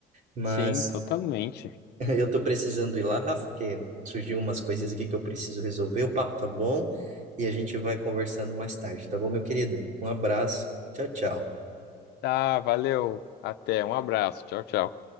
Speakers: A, on the right (about 45°); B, on the left (about 80°).
A: Mas.
B: Sim, totalmente.
A: <laughs> Eu tô precisando ir lá, Rafa, que surgiu umas coisinhas aqui que eu preciso resolver. O papo tá bom e a gente vai conversando mais tarde, tá bom, meu querido? Um abraço. Tchau, tchau.
B: Tá, valeu. Até, um abraço. Tchau, tchau.